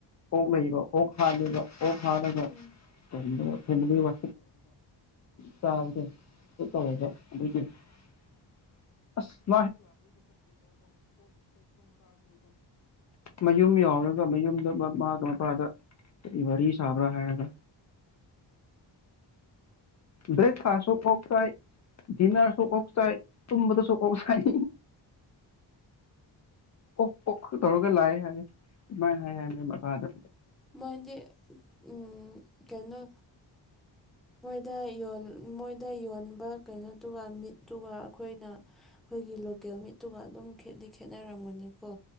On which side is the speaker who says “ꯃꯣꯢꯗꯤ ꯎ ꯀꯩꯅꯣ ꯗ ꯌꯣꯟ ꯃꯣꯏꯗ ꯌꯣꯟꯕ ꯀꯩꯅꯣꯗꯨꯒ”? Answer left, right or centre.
Centre